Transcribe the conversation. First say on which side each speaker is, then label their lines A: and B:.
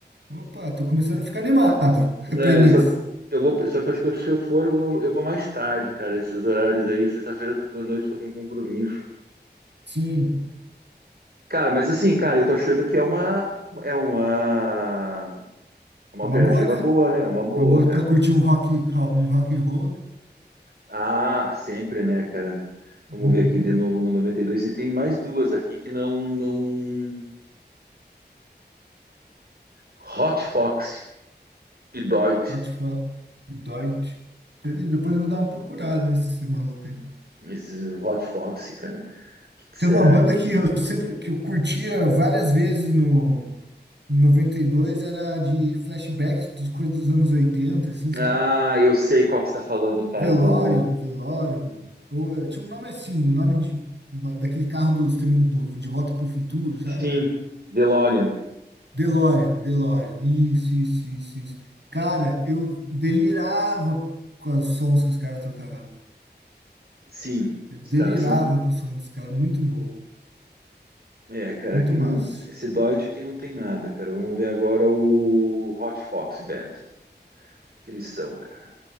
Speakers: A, on the right (about 80°); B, on the right (about 60°).
A: Opa, tô começando a ficar animado <laughs>
B: É,
A: pra início.
B: eu só, eu vou, só que eu acho que se eu for, eu vou, eu vou mais tarde, cara. Esses horários aí, sexta-feira eu tô, com- à noite eu tô com compromisso.
A: Sim,
B: Cara, mas assim, cara, eu tô achando que é uma, é uma, uma
A: é uma
B: alternativa
A: boa, né?
B: boa, né? É uma boa,
A: Uma boa
B: cara.
A: pra curtir um rock, ro- um rock and roll, né?
B: Ah, sempre, né, cara? Vamos
A: Uhum.
B: ver aqui de novo no noventa E dois. E tem mais duas aqui que não, não... Hot Fox e Deutsch.
A: What the fuck? Deutsch. Entendeu? Depois eu vou dar uma procurada nesse maluco aí.
B: Esses Hot Fox, cara. O que que
A: Teve
B: será?
A: uma banda que eu sempre que eu curtia várias vezes no noventa e dois era de flashbacks das coisas dos anos oitenta assim, sabe?
B: Ah, eu sei qual que você está falando, cara,
A: Velorium,
B: do...
A: Velorium. Ou eh, tinha um nome assim, um nome de, uma- daquele carro do, Extermin- do De Volta pro Futuro, sabe?
B: Sim, DeLorean.
A: DeLorean, DeLorean. Isso, isso, isso, isso. Cara, eu delirava com os sons que os caras tocavam.
B: Sim,
A: Eu delirava
B: os caras são...
A: com o som dos caras. Muito bom.
B: É, cara,
A: Muito
B: aqui
A: massa.
B: não... Esse Deutsch aqui não tem nada, cara. Vamos ver agora o Hot Fox Band. O que eles são, cara?